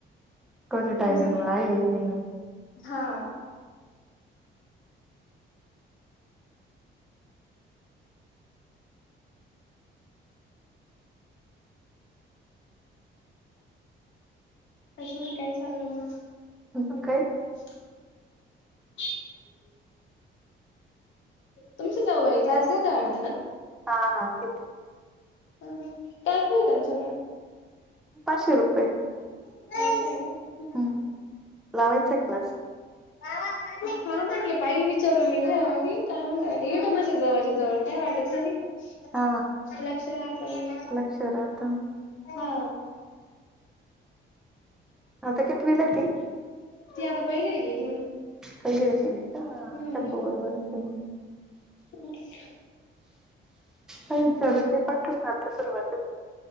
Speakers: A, in the centre; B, on the left.
A: कोणी टायमिंग
B: ज
A: वा आहे नाही
B: हा.. अजून काय चाललं मग?
A: अजून काय?
B: <inaudible> तुमची जाऊबाई क्लास घेता वाटतना?
A: हा हा तेच
B: कॅप आहे त्यांच्याकड.
A: पाचशे रुपये.
B: अ <unintelligible>
A: हम्म लावायचा का क्लास?
B: वा वा काय हा म्हटले पाहिल विचारून मी घरामध्ये काय म्हणता ये माझ्या जवळच्या जवळ काय वाटत नाही का. <unintelligible>
A: हा
B: लक्ष राहतं
A: लक्ष राहत
B: हा
A: आता कितवीला आहे ती?
B: ती आता पहिलीला गेली.
A: पहिलीला गेली का?
B: हम्म
A: शम्भू बरोबरचय.
B: <inaudible>
A: पाय विचारून दे पाठवुन आता सुरवात